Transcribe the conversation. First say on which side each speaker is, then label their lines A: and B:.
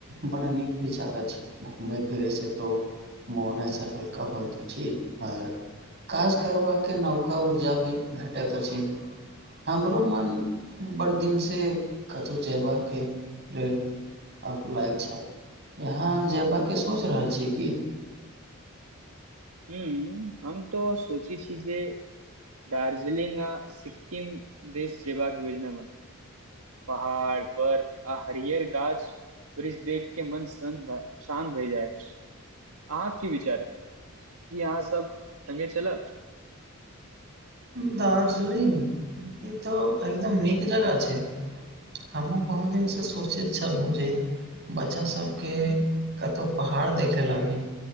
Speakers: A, on the right (about 50°); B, on the right (about 80°).
A: पौराणिक विचार अछी। घुमै फिरैसे तौ मोन अहि सँ हल्का होयत छे पर काज करबाके नवका उरजा भी भेटैत अछी, हमरो मन। बड़ दिनसे कतौ जयबाके लेलऽ आकुलायल छल, यहा जयबाके सोच रहल छी की
B: हू, हम तो सोची छी जे दार्जिलिंग आ सिक्किम देश जयबाकऽ योजना बन पहाड़ पर आ हरियर गाछ। ब्रिज देख के मन स्रन भे शान्त भय जाय छै अहाँकेँ कि विचार, कि अहाँ सभ संगे चलब
A: दार्जिलिंग, इ त एकदम नीक जगह छैय हमहूॅं बहुत दिन स सोचैत छलौ जे बच्चा सभके कतौ पहाड़ देखै ल आबी